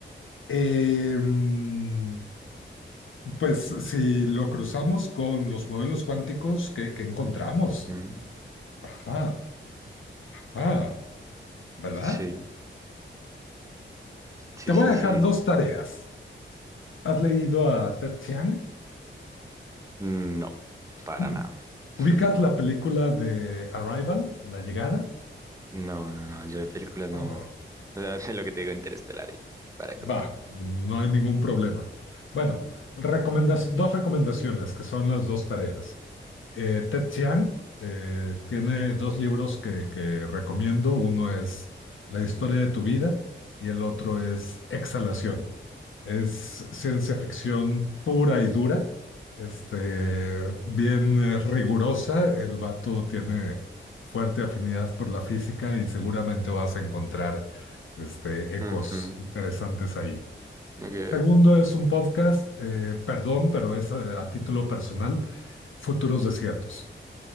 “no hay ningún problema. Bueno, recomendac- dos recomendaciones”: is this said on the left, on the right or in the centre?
Left